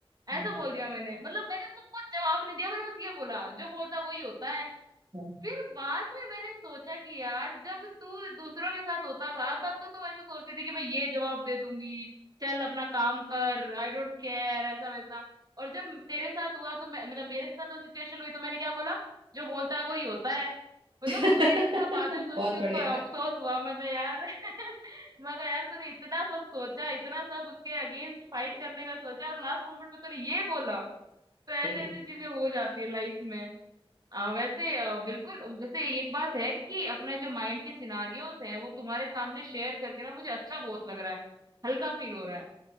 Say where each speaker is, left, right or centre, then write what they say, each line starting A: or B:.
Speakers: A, on the right; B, on the right.
A: हम्म,
B: ऐसा बोल दिया मैंने मतलब मैंने उसको कुछ जवाब नहीं दिया मैंने बस ये बोला जो बोलता वही होता है
A: हाँ।
B: फिर बाद में मैंने सोचा कि यार जब तू दूसरों के साथ होता था तब तो तू ऐसे सोचती थी कि मैं ये जवाब दे दूंगी चल अपना काम कर आई डोंट केयर ऐसा वैसा और जब तेरे साथ हुआ तो मैं मतलब मेरे साथ वो सिचुएशन हुई तो मैंने क्या बोला जो बोलता है वही होता है मतलब
A: <laughs>
B: मुझे इतना बाद में सोच
A: बहुत
B: के
A: बढ़िया
B: उसको अफसोस हुआ मैं कहा यार <laughs> मैं कहा यार तूने इतना सब सोचा इतना सब उसके अगेंस्ट फाइट करने का सोचा और लास्ट मोमेंट पे तूने ये बोला तो ऐसे
A: ओके
B: ऐसी चीजें हो जाती है लाइफ में अ, वैसे अ, बिल्कुल वैसे एक बात है कि अपने जो माइंड के सिनारियोस हैं वो तुम्हारे सामने शेयर करके ना मुझे अच्छा बहुत लग रहा है हल्का फील हो रहा है